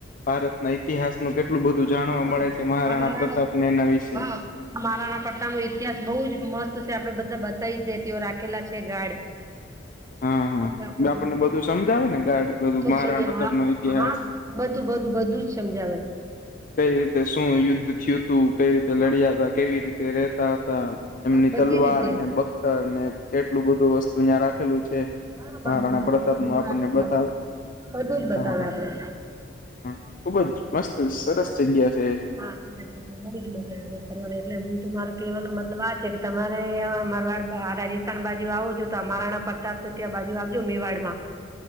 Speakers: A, on the left; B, on the right.
A: ભારતના ઈતિહાસનું કેટલું બધું જાણવા
B: હા
A: મળે છે મહારાણા
B: અમારા
A: પ્રતાપને એના વિશે
B: હા મહારાણા પ્રતાનો ઇતિહાસ બહુ જ મસ્ત છે, આપડે બધા બતાવી જ દે તેઓ રાખેલા છે, ગાર્ડ
A: હા હ હા
B: બધા આપડે
A: આપણને
B: બધે
A: બધું સમજાવે ને ગાર્ડ બધું મહારાણ
B: જ સમજ
A: પ્રતાપ
B: હા
A: નો ઇતિહાસ
B: હા બધું બધું બધુંજ સમજાવે.
A: કઈ રીતે શું યુદ્ધ થયું હતું, કઈ રીતે
B: હા
A: લડ્યા હતા, કેવી રીતે રેહતા હતા. એમની
B: બધી
A: તલવાર
B: રીતે
A: ને બખ્તર ને કેટલું બધું વસ્તુ ન્યા રાખેલું છે.
B: હા
A: મહારાણા
B: બધું બધું
A: પ્રતાપ
B: એ
A: નું
B: રૂમ
A: આપણને
B: રાખેલા
A: બતાવે
B: છે બધું જ
A: હા
B: બતાવે
A: હા.
B: આપડે
A: હ ખુબ જ મસ્ત સરસ જગ્યા છે.
B: હા <unintelligible> બઉુજ મજા આવે ફરવાની એટલે હુ તો મારો કેવાનો મતલબ આ છે કે તમારે આ મારવાડ વાહ રાજસ્થાન બાજુ આવોજો, તો મારાણા પ્રતાપ છે ત્યાં બાજુ આવજો મેવાડ માં.